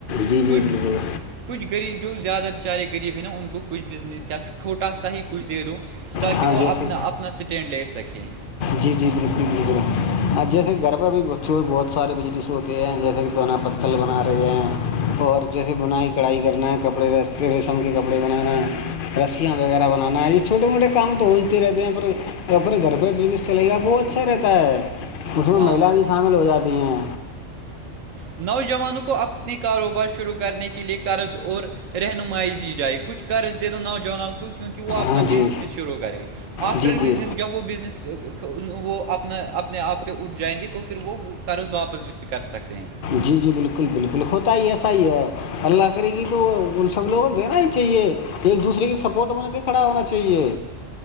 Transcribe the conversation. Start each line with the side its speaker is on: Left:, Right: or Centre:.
Left: جی جی
Right: کچھ
Left: بالکل
Right: کچھ غریب جو زیادہ بےچارے غریب ہیں نا ان کو کچھ بزنس یا چھوٹا سا ہی کچھ دے دو تاکہ
Left: ہاں
Right: وہ
Left: جیسے
Right: اپنا اپنا اسٹینڈ لے سکیں
Left: جی جی بالکل بالکل ہ جیسے گھر پہ بھی بچھور بہت سارے بجلی سے ہوتے ہیں جیسے کہ دونا پتل بنا رہے ہیں اور جیسے بنائی کڑھائی کرنا ہے کپڑے ریس ریشم کے کپڑے بنانا ہے رسیاں وغیرہ بنانا ہے یہ چھوٹے موٹے کام تو ہوجتے رہتے ہیں پر اپنے گھر پہ بزنس چلے گا وہ اچھا رہتا ہے اس میں
Right: ہاں
Left: مہیلا بھی شامل ہو جاتی ہیں
Right: نوجوانوں کو اپنے کاروبار شروع کرنے کے لیے قرض اور رہنمائی دی جائے کچھ قرض دے دو نوجوانوں کو کیونکہ وہ اپنا
Left: ہاں جی
Right: بزنس شروع کرے آفٹر
Left: جی جی
Right: بزنس جب وہ بزنس وہ اپنا اپنے آپ پہ اٹھ جائیں گے تو پھر وہ قرض واپس بھی کر سکتے ہیں
Left: جی جی بالکل بالکل ہوتا ہی ایسا ہی ہے اللہ کرے گی تو ان سب لوگوں کو دینا ہی چاہیے ایک دوسرے کی سپورٹ میںنے کے کھڑا ہونا چاہیے